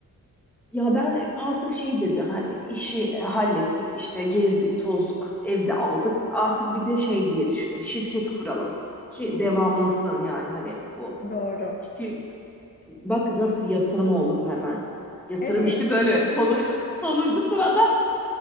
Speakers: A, in the centre; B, on the left.
A: Ya ben artık şey dedim hani işi hallettik işte gezdik tozduk evde aldık. Artık bir de şey diye düşündüm şirket kuralım ki
B: Hmm,
A: devamlasın yani hani bu.
B: doğru.
A: Şir- Bak nasıl yatırım oldu bu hemen. Yatırım
B: Evet,
A: işte böyle sonu, <laughs> sonuncu sırada.